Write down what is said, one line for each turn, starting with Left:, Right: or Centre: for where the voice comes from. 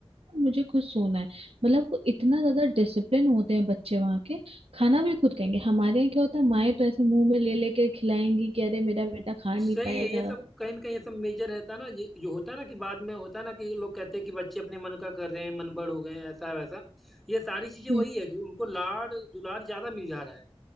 Right: मुझे खुद सोना है मतलब वो इतना ज्यादा डिसिप्लिन होते हैं बच्चे वहाँ के खाना भी खुद खाएंगे हमारे यहाँ क्या होता है माएं तो ऐसे मुंह में ले लेके खिलाएंगी कि अरे मेरा बेटा खा
Centre: सही
Right: नहीं पाएगा
Centre: है ये सब कहीं ना कहीं ये सब मेजर रहता है ना ये- जो होता है ना कि बाद में होता है ना कि लोग कहते हैं कि बच्चे अपने मन का कर रहे हैं मनबड़ हो गए हैं ऐसा वैसा ये सारी चीजें वही
Right: हम्म
Centre: है कि उनको लाड दुलार ज्यादा मिल जा रहा है